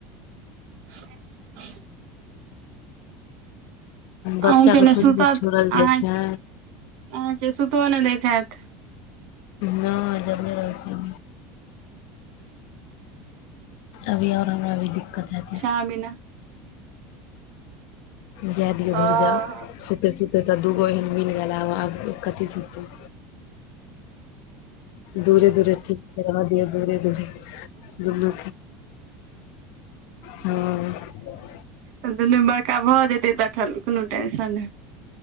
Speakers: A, on the right (about 60°); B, on the left (about 65°).
A: आ
B: बच्चा
A: अहूँ
B: के थोड़ी
A: सुतत
B: ने छोड़ल
A: अहाँ
B: जाइ छै।
A: अहाँके सुतो नहि देत हेत।
B: नहि जगले रहै छै। अभी आओर हमरा अभी दिक्कत हेतै।
A: आ बिना।
B: जाय दियौ
A: हँ
B: धुरजाऊ सुतै सुत तऽ दूगो एहन मिल गेल आब कथी सुतू। दूरे-दूरे ठीक छै रह दियऔ दूरे-दूरे दुनू। हँ।
A: तऽ दुनू बड़का भऽ जेतै तखन कोनो टेंशन नै।